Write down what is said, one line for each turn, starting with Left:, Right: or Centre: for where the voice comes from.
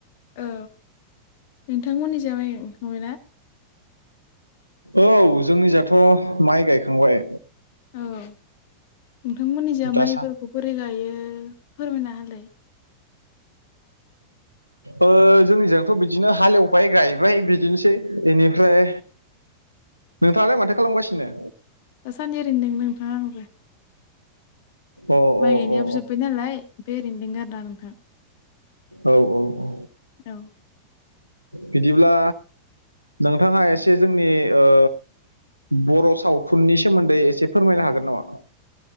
Left: औ नोंथांमोननि जाबाय ओंखाबायना
Right: औ जोंनि जाथ' माइ गायखांबाय
Left: औ नोंथांमोननि जा
Right: दासा
Left: माइफोरखौ बोरै गायो फोरमायना होलाय <inaudible>
Right: ओ जोंनिजोंथ' बिदिनो हालेवबाय गायबाय बिदिनोसै बेनिफ्राय नोंथाङालाय माथो खालामगासिनो
Left: दासान्दि ओरैनो नोंथां आंबो
Right: अ
Left: माइ
Right: अ
Left: गायनायाबो
Right: अ
Left: जोब्बाय नालाय बे ओरैनो दं आरोना नोंथां
Right: औ औ
Left: औ
Right: बिदिब्ला नोंथाङा एसे जोंनि ओ बर' सावथुननि सोमोन्दै एसे फोरमायनो हागोन नामा